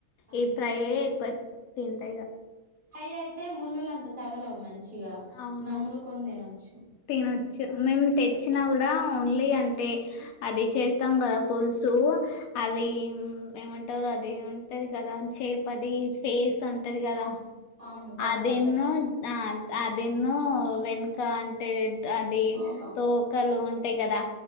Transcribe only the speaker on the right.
అవును
ఫ్రై అయితే ముళ్ళలు అంత తగలవు మంచిగా
నమ్ములుకొని తినొచ్చు
అవును తలకాయ
తోక